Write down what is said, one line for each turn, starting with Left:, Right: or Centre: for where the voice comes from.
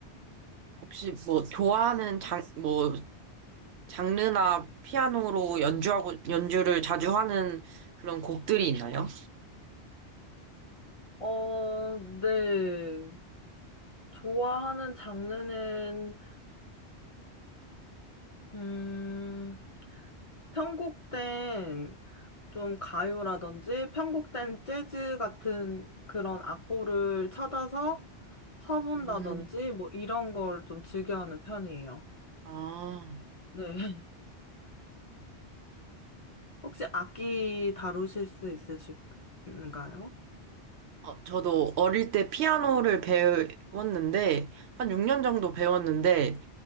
Right: 혹시 뭐 좋아하는 장, 뭐 장르나 피아노로 연주하고 연주를 자주 하는 그런 곡들이 있나요?
Left: 어, 네. 좋아하는 장르는 음 편곡된 좀 가요라든지 편곡된 재즈 같은 그런 악보를 찾아서 쳐본다든지
Right: 음,
Left: 뭐 이런 걸 좀 즐겨하는 편이에요.
Right: 아,
Left: 네. <laughs> 혹시 악기 다루실 수 있으신가요?
Right: 어, 저도 어릴 때 피아노를 배웠는데, 한 6년 정도 배웠는데,